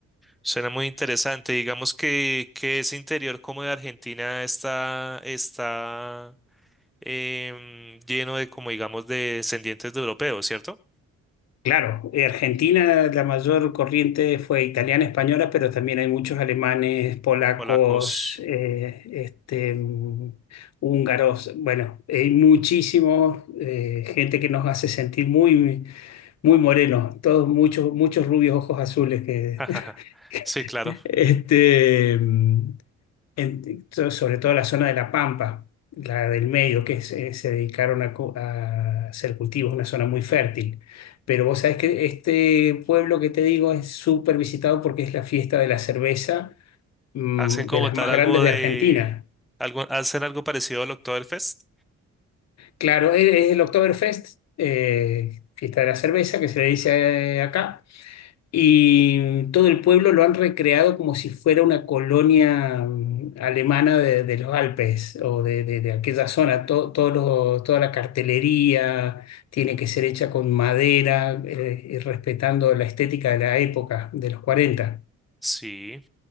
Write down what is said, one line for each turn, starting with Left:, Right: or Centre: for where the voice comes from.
Centre: suena muy interesante. Digamos que, que ese interior como de Argentina está, está em, lleno de como digamos de descendientes de europeos, ¿cierto?
Left: Claro, eh, Argentina la mayor corriente fue italiana, española, pero también hay muchos alemanes, polacos,
Centre: polacos.
Left: eh, este, mm, húngaros. Bueno, hay muchísimo eh, gente que nos hace sentir muy, muy morenos, todos muchos, muchos rubios, ojos azules que,
Centre: <laughs> Sí, claro.
Left: <laughs> este, mm, en- so- sobre todo la zona de La Pampa, la del medio, que se, se dedicaron a, cu- a hacer cultivos, una zona muy fértil. Pero vos sabés que este pueblo que te digo es súper visitado porque es la fiesta de la cerveza, mm,
Centre: Hacen como
Left: de las
Centre: tal
Left: más
Centre: algo
Left: grandes de
Centre: de...
Left: Argentina.
Centre: Algo, hacen algo parecido al Oktoberfest.
Left: Claro, es, es el Oktoberfest, eh, fiesta de la cerveza, que se le dice eh, acá. Y todo el pueblo lo han recreado como si fuera una colonia mm, alemana de, de los Alpes o de, de- de aquella zona. To- todos los- toda la cartelería tiene que ser hecha con madera, eh, y respetando la estética de la época, de los cuarenta
Centre: Sí,